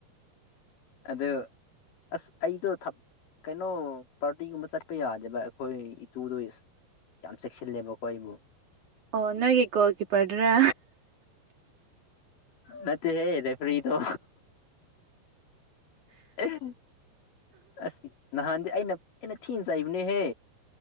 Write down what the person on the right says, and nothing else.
ꯑꯣ ꯅꯣꯏꯒꯤ ꯒꯣꯜ ꯀꯤꯄꯔꯗꯨꯔꯥ